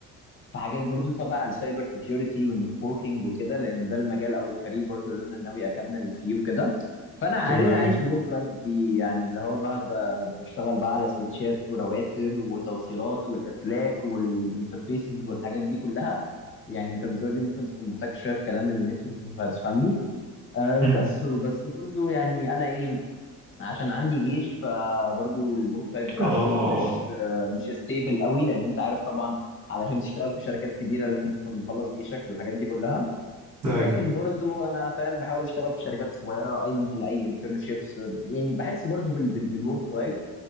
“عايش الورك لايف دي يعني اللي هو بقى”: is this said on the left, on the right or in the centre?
Left